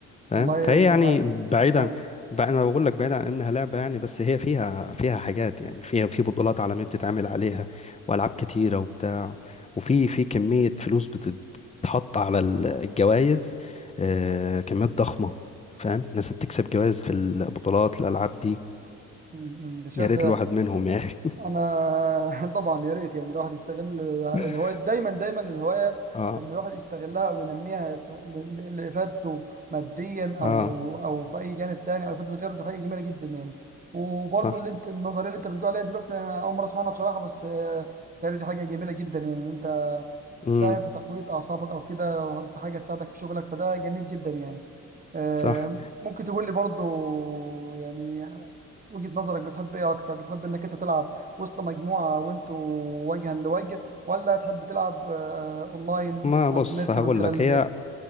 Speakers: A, on the left (about 20°); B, on the right (about 30°).
A: فاهم
B: والله
A: فهي
B: دي
A: يعني
B: حقيقة
A: بعيدا
B: دي حقيقة
A: بقى انا بقول لك بعيدا عن انها لعبه يعني بس هي فيها فيها حاجات يعني فيها في بطولات عالميه بتتعمل عليها والعاب كتيره وبتاع وفي في كميه فلوس بتت- بتتحط على الجوائز آه، كميات ضخمه فاهم ناس بتكسب جوائز في البطولات الالعاب دي
B: م- م. ده شايف
A: يا ريت
B: ده
A: الواحد منهم يا اخي
B: انا <laughs> طبعا يا ريت يعني الواحد يستغل الهوايه
A: <laughs>
B: دايما دايما الهوايه
A: اه
B: اللي الواحد يستغلها وينميها في- ل- لافادته ماديا
A: اه
B: او او في اي جانب تاني او افاده غيره دي حاجه جميله جدا يعني وبرضه
A: صح
B: اللي انت النظريه اللي انت بتقول عليها دلوقتي انا اول مره اسمعها بصراحه بس آه، بيتهيألي دي حاجه جميله جدا يعني إن انت
A: امم
B: تساهم في تقويه اعصابك او كده في حاجه تساعدك في شغلك فده جميل جدا يعني آه،
A: صح
B: ممكن تقول لي برضو يعني وجهة نظرك بتحب ايه اكتر بتحب انك انت تلعب وسط مجموعة وانتوا وجها لوجه ولا تحب تلعب آه، اونلاين
A: ما
B: على
A: بص
B: النت
A: هقول
B: من خلال
A: لك
B: البيت
A: هي